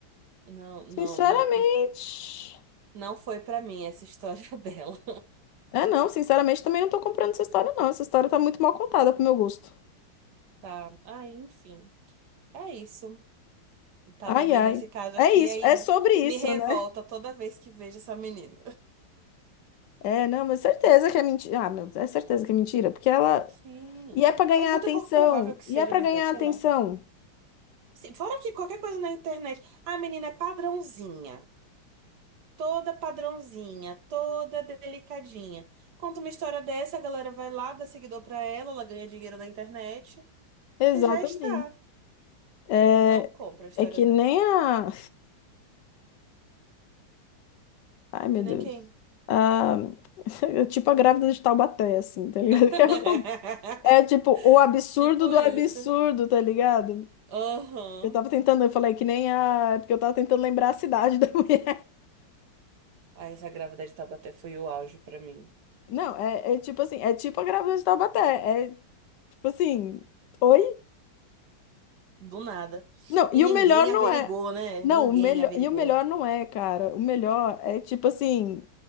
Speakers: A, on the right (about 60°); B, on the left (about 70°).
A: Não, não,
B: Sinceramente.
A: não, não foi pra mim essa história <laughs> dela,
B: É, não, sinceramente também não tô comprando essa história, não. Essa história tá muito mal contada pro meu gosto.
A: tá? Ah, enfim, é isso. Tava
B: Ai,
A: vendo
B: ai.
A: esse caso
B: É
A: aqui,
B: isso,
A: aí
B: é sobre isso,
A: me revolta
B: né?
A: toda vez que vejo essa menina.
B: É, não, mas certeza que é mentira. Ah, meu Deus, é certeza que é mentira, porque ela.
A: Sim,
B: E é pra ganhar
A: é muito
B: atenção.
A: pouco provável que seja
B: E é pra
A: verdade,
B: ganhar
A: sei
B: atenção.
A: lá. Sim, fora que qualquer coisa na internet, a menina é padrãozinha, toda padrãozinha, toda delicadinha. Conta uma história dessa, a galera vai lá, dá seguidor pra ela, ela ganha dinheiro na internet
B: Exatamente.
A: e já está.
B: É,
A: Não compra a história
B: é que
A: dela.
B: nem a. Ai, meu
A: Que
B: Deus.
A: nem quem.
B: Ah, <laughs> é tipo a grávida de Taubaté, assim, tá ligado?
A: <laughs>
B: <laughs> Que é o- é tipo o absurdo
A: Tipo
B: do
A: isso.
B: absurdo, tá ligado?
A: Aham.
B: Eu tava tentando, eu falei que nem a. É porque eu tava tentando lembrar a cidade da <laughs> mulher.
A: Ai, essa gravidez de Taubaté foi o auge pra mim.
B: Não, é, é tipo assim, é tipo a grávida de Taubaté. É tipo assim, oi?
A: Do nada.
B: Não, e
A: E ninguém
B: o melhor não
A: averigou,
B: é.
A: né?
B: Não,
A: Ninguém
B: o melhor.
A: averigou.
B: E o melhor não é, cara. O melhor é tipo assim.